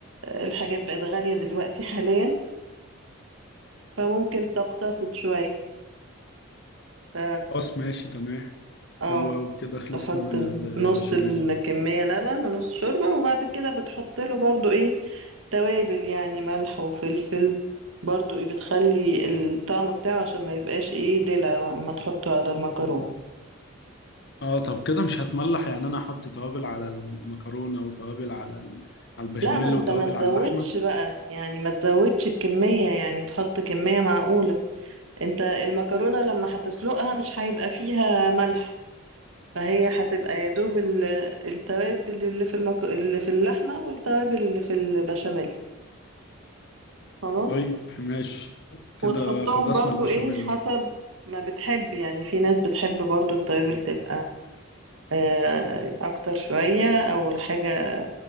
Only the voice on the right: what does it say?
الحاجات بقت غالية دلوقتي حاليا فممكن تقتصد شوية ف
اه
تحط
نص الكمية لبن ونص شوربة وبعد كده بتحط له برضو ايه توابل يعني ملح وفلفل برضو ايه بتخلي الطعم بتاعه عشان ما يبقاش ايه دلع اما تحطه على المكرونة
لا ما انت
ما تزودش
بقى يعني ما تزودش الكمية يعني تحط كمية معقولة انت المكرونة لما هتسلقها مش هيبقى فيها ملح فهي هتبقى يا دوب ال- التوابل اللي في المك... اللي في اللحمة والتوابل اللي في البشاميل خلاص
وتحطهم
برضو
ايه حسب ما بتحب يعني في ناس بتحب برضو التوابل تبقى آه، اكتر شوية او الحاجة